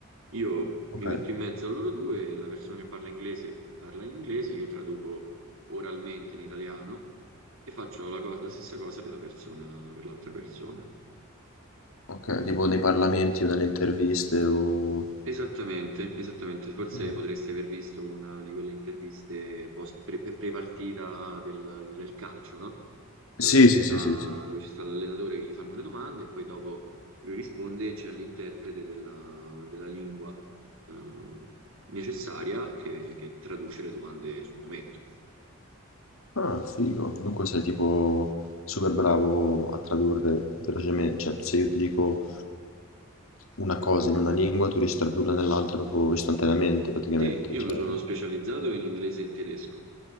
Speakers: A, on the right; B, on the left.
A: Io
B: Ok,
A: mi metto in mezzo a loro due, la persona che parla inglese parla in inglese, io traduco oralmente in italiano e faccio la cosa- la stessa cosa per la persona, per l'altra persona.
B: ok, tipo nei parlamenti o nelle interviste o...
A: Esattamente, esattamente. Forse
B: eh,
A: potresti aver visto una di quelle interviste post, pre, pre- pre-partita del, del calcio, no? Dove
B: Sì,
A: ci
B: sì,
A: sta,
B: sì, sì, sì.
A: dove ci sta l'allenatore che gli fanno le domande e poi dopo lui risponde e c'è l'interprete della, della lingua eh, necessaria che, che traduce le domande sul momento.
B: Ah, figo. Dunque sei tipo super bravo a tradurre velocemente. Cioè, se io ti dico una cosa in una lingua, tu riesci a tradurla nell'altra proprio istantaneamente, praticamente.
A: Sì, io
B: Cioè,
A: mi sono specializzato in inglese e in tedesco.